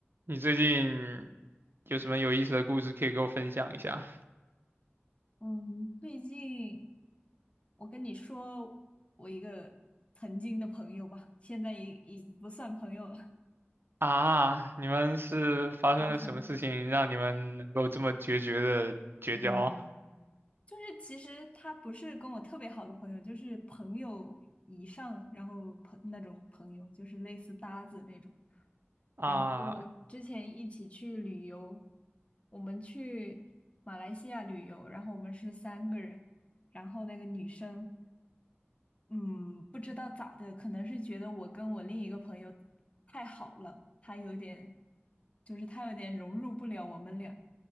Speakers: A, on the right; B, on the left.
A: 你最近有什么有意思的故事可以给我分享一下？
B: 嗯，最近我跟你说，我一个曾经的朋友吧，现在已已不算朋友了，
A: 啊，你们是发生了什么事情让你们能够这么决绝的绝交？
B: <laughs> 发生了。嗯，就是其实他不是跟我特别好的朋友，就是朋友以上，然后朋那种朋友，就是类似搭子那种。
A: 啊
B: 然后之前一起去旅游，我们去马来西亚旅游，然后我们是三个人，然后那个女生。嗯，不知道咋的，可能是觉得我跟我另一个朋友太好了，他有点，就是他有点融入不了我们俩，